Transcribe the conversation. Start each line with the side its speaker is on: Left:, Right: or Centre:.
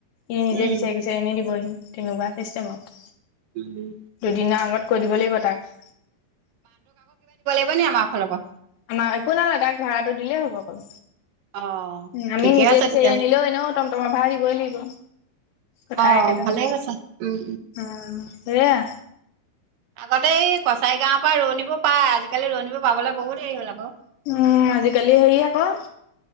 Left: ইি নিজে
Right: উম
Left: বিচাৰি গৈছে এনি দিবহি তেনেকুৱা চিষ্টেমত
Right: উম
Left: দুদিনৰ আগত কৈ দিব লাগিব তাক
Right: ন আমাৰ ফালৰ পৰা
Left: আমাক একো নালা তাক ভাড়াটো দিলেই হ'ব অকল
Right: অ
Left: উ আমি
Right: ঠিকে
Left: নিজে
Right: আছে
Left: বিচাৰি
Right: তেতিয়াহ'লে
Left: আনিলেও এনেও টমটমৰ ভাড়া দিবই লাগিব কথাই
Right: অ
Left: কেইটাই
Right: ভালেই হৈছে উম
Left: উম সেয়া
Right: আগতে এই কছাৰী গাঁৱৰ পৰা ৰোৱনীবোৰ পায় আজিকালি ৰোৱনীবোৰ পাবলৈ বহুত হেৰি হ'ল আকৌ
Left: উম আজিকালি হেৰি আকৌ